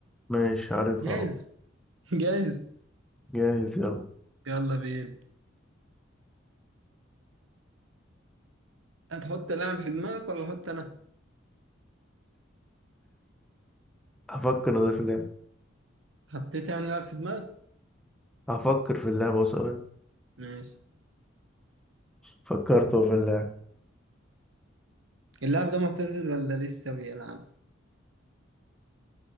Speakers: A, in the centre; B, on the right.
A: ماشي عارفها
B: جاهز
A: اهو
B: <laughs> جاهز
A: جاهز يلا
B: يلا بينا هتحط لاعب في دماغك ولا احط انا
A: هفكر انا في اللعبة
B: حطيت يعني لاعب في دماغك
A: هفكر في اللعبة ثواني
B: ماشي
A: فكرت أهو في اللعبة
B: اللاعب ده معتزل ولا لسه بيلعب